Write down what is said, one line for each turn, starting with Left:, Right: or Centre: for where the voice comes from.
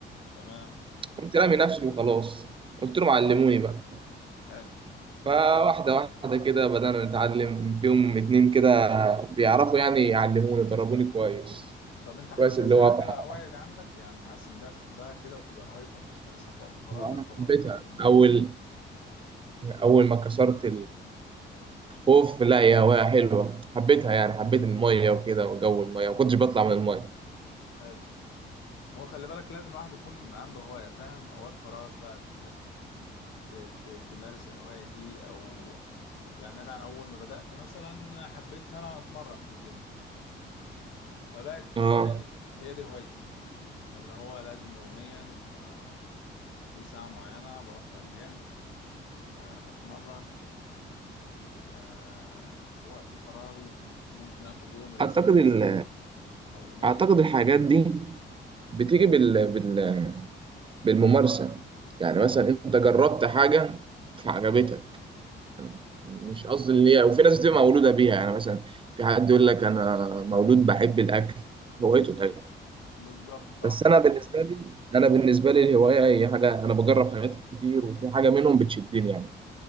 Left: تمام
Right: قمت رامي نفسي وخلاص قلت لهم علموني بقى
Left: حلو
Right: فواحدة واحدة كده بدأنا نتعلم فيهم اتنين كده بيعرفوا يعني يعلموني ضربوني كويس
Left: طب انت
Right: مش
Left: حاسسها
Right: كويس اللي هو
Left: هتبقى
Right: بقى
Left: هواية عندك يعني انت حاسس ان دي هتحبها كده وتبقى هوايتك بتمارسها في وقت فراغك
Right: أنا
Left: ولا
Right: حبيتها
Left: مجرد ان
Right: أول أول ما كسرت الخوف لا يا هواية حلوة حبيتها يعني حبيت المية وكده وجو المية ما كنتش بطلع من المية
Left: حلو هو خلي بالك لازم الواحد يكون عنده هواية فاهم أوقات فراغك بقى ت- ت- تمارس الهواية دي او يعني انا اول ما بدأت مثلا حبيت ان انا اتمرن في الجيم فبقت
Right: اه
Left: يعني هي دي هوايتي اللي هو لازم يوميا آه، في ساعة معينة بروح فيها الجيم آه، بتمرن آه، وقت فراغي ممكن اخد يوم ريست
Right: أعتقد
Left: مثلا
Right: ال...
Left: او يومين
Right: أعتقد الحاجات دي بتيجي بال... بال... بالممارسة يعني مثلا انت جربت حاجة فعجبتك مش قصدي اللي هي وفي ناس بتبقى مولودة بيها يعني مثلا في حد يقول لك انا مولود بحب الاكل هوايته الاكل
Left: بالظبط صح
Right: بس انا بالنسبة لي انا بالنسبة لي الهواية هي حاجة انا بجرب حاجات كتير وفي حاجة منهم بتشدني يعني